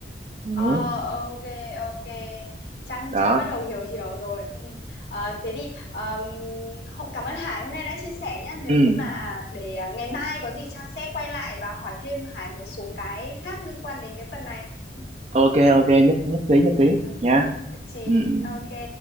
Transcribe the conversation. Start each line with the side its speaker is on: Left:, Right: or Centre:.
Right: ừ
Left: Ờ, ok ok Trang
Right: đó
Left: Trang bắt đầu hiểu hiểu rồi ừ. Ờ, thế thì um, không cảm ơn Hải hôm nay đã chia sẻ nhá nếu
Right: ừ
Left: như mà để à, ngày mai có gì Trang sẽ quay lại và hỏi thêm Hải một số cái khác liên quan đến cái phần này Ừ,
Right: ok ok nhất nhất trí nhất trí
Left: ok
Right: nha
Left: nhất trí
Right: ừ ừ.
Left: ok